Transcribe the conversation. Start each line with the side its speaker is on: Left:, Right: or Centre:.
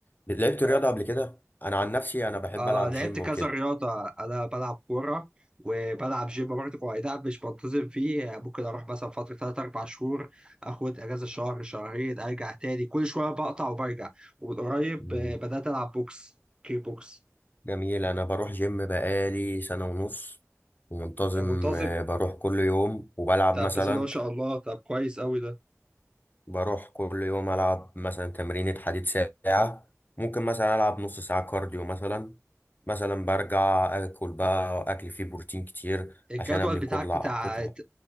Left: لعبت رياضة
Right: آه.
Left: قبل كده انا عن نفسي انا بحب
Right: اه
Left: العب
Right: لعبت
Left: جيم
Right: كذا
Left: وكده
Right: رياضة أنا بلعب كورة وبلعب جيم برضه هو أي نعم مش منتظم فيه يعني ممكن أروح مثلا فترة تلات أربع شهور آخد أجازة شهر شهرين أرجع تاني كل شوية بقطع وبرجع ومن قريب
Left: مم.
Right: آه، بدأت ألعب بوكس كيك بوكس
Left: جميل انا بروح جيم بقالي سنة ونص منتظم
Right: آه، منتظم
Left: آه، بروح كل يوم وبلعب
Right: طب
Left: مثلا
Right: بسم الله ما شاء الله طب كويس أوي ده
Left: بروح كل يوم العب مثلا تمرينة حديد ساعة ممكن مثلا العب نص ساعة كارديو مثلا مثلا برجع اكل بقى اكل فيه بروتين كتير
Right: الجدول
Left: عشان ابني
Right: بتاعك
Left: كتلة
Right: بتاع
Left: كتلة